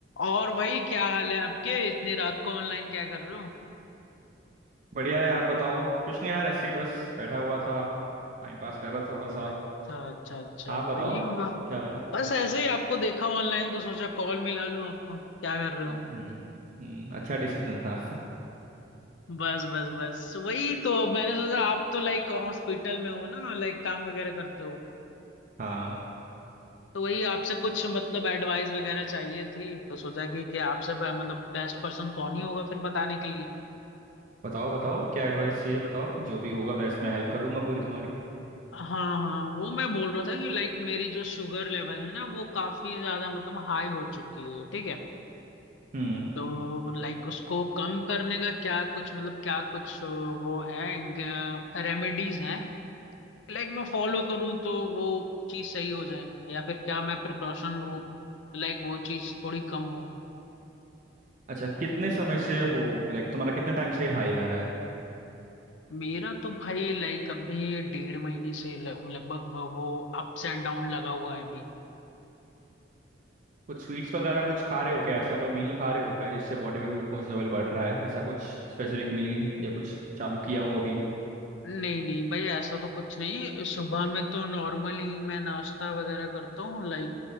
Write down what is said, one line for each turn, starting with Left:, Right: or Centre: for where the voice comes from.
Left: और भाई क्या हाल है आपके इतनी रात को ऑनलाइन क्या कर रहे हो
Right: बढ़िया है आप बताओ कुछ नहीं यार ऐसे ही बस बैठा हुआ था टाइम पास कर रहा था थोड़ा सा
Left: अच्छा अच्छा अच्छा
Right: आप
Left: वही
Right: बताओ
Left: ब-
Right: क्या हो रहा है
Left: बस ऐसे ही आपको देखा ऑनलाइन तो सोचा कॉल मिला लूं आपको क्या कर रहे हो
Right: हम्म हम्म अच्छा डिसीजन था
Left: बस बस बस वही तो मैंने सोचा आप तो लाइक हॉस्पिटल में हो ना लाइक काम वगैरह करते हो
Right: <laughs> हाँ
Left: तो वही आपसे कुछ मतलब एडवाइस वगैरह चाहिए थी तो सोचा कि कि आपसे ब- मतलब बेस्ट पर्सन कौन ही होगा फिर बताने के लिए
Right: बताओ बताओ क्या एडवाइस चाहिए बताओ जो भी होगा बेस्ट मैं हेल्प करूंगा पूरी तुम्हारी
Left: हाँ हाँ वो मैं बोल रहा था कि लाइक मेरी जो शुगर लेवल है ना वो काफी ज्यादा मतलब हाई हो चुकी है ठीक है
Right: हम्म
Left: तो लाइक उसको कम करने का क्या कुछ मतलब क्या कुछ अ, वो है रेमेडीज हैं लाइक मैं फॉलो करूं तो वो चीज सही हो जाए या फिर क्या मैं प्रिकॉशन लूं तो लाइक वो चीज थोड़ी कम हो
Right: अच्छा कितने समय से हो लाइक तुम्हारा कितने टाइम से हाई आ रहा है
Left: मेरा तो भाई लाइक अभी डेढ़ महीने से ल- लगभग वो अप्स एंड डाउन लगा हुआ है अभी
Right: कुछ स्वीट्स वगैरह कुछ खा रहे हो क्या ऐसा कोई मील खा रहे हो क्या जिससे बॉडी का ग्लूकोज लेवल बढ़ रहा है ऐसा कुछ स्पेसिफिक मील या कुछ चालू किया हो अभी
Left: नहीं नहीं भाई ऐसा तो कुछ नहीं सुबह में तो नॉर्मली मैं नाश्ता वगैरह करता हूँ लाइक